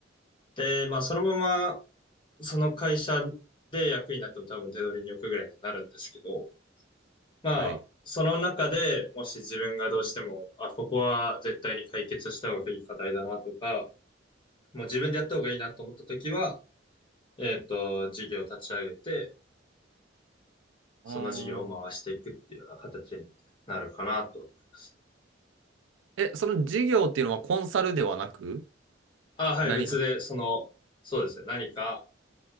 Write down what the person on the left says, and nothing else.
で、まあ、そのまま、その会社で役員になっても多分手取りに置くぐらいになるんですけど、まあ、
その中でもし自分がどうしても、あ、ここは絶対に解決した方がいい課題だなとか、もう自分でやった方がいいなと思った時は、えっと、事業を立ち上げて、その事業を回していくっていうような形になるかなと思います。
あ、はい、
別で、その、そうですね、何か